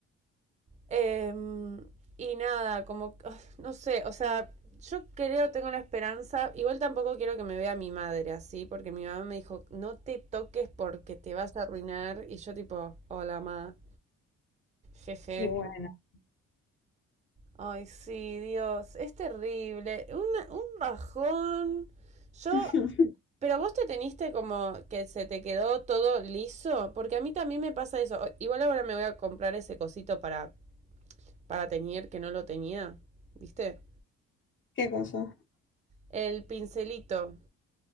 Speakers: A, on the right; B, on the left.
A: Em, y nada, como. No sé, o sea, yo creo, tengo la esperanza. Igual tampoco quiero que me vea mi madre así, porque mi mamá me dijo, no te toques porque te vas a arruinar. Y yo, tipo, hola, mamá. Jeje.
B: Y bueno.
A: Ay, sí, Dios, es terrible. Una- un bajón. Yo
B: <laughs>
A: Pero vos te teniste como que se te quedó todo liso, porque a mí también me pasa eso. Igual ahora me voy a comprar ese cosito para, para teñir que no lo tenía, ¿viste?
B: ¿Qué cosa?
A: El pincelito.